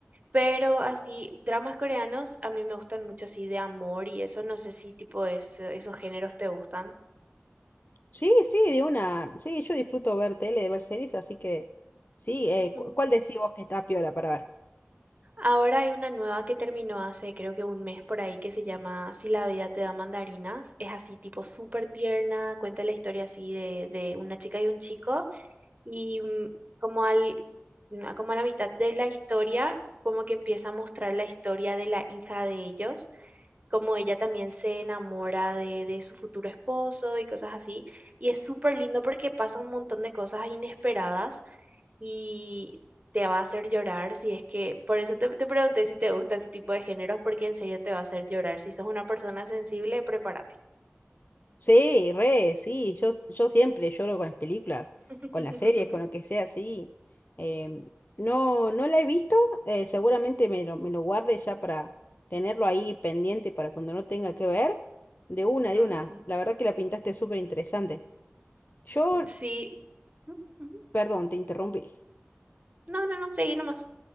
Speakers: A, on the right; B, on the left.
A: pero así, dramas coreanos a mí me gustan mucho así de amor y eso, no sé si tipo es, esos géneros te gustan.
B: Sí, sí, de una. Sí, yo disfruto ver tele, ver series, así que sí, eh,
A: Ujú.
B: cu- ¿cuál decís vos que está piola para ver?
A: Ahora hay una nueva que terminó hace creo que un mes por ahí que se llama Si la vida te da mandarinas. Es así tipo súper tierna, cuenta la historia así de, de una chica y un chico y mm, como al, na- como a la mitad de la historia, como que empieza a mostrar la historia de la hija de ellos, como ella también se enamora de, de su futuro esposo y cosas así. Y es súper lindo porque pasa un montón de cosas inesperadas y te va a hacer llorar si es que, por eso te, te pregunté si te gusta ese tipo de géneros, porque en serio te va a hacer llorar. Si sos una persona sensible, prepárate.
B: Sí, re, sí, yo, yo siempre lloro con las películas,
A: <laughs>
B: con las series, con lo que sea, sí. Em, no, no la he visto, eh, seguramente me lo, me lo guarde ya para tenerlo ahí pendiente para cuando no tenga que ver. De una,
A: Ujú,
B: de una.
A: ujú.
B: La verdad que la pintaste súper interesante. Yo,
A: Sí. Ujú, ujú.
B: perdón, te interrumpí.
A: No, no, no, seguí nomás.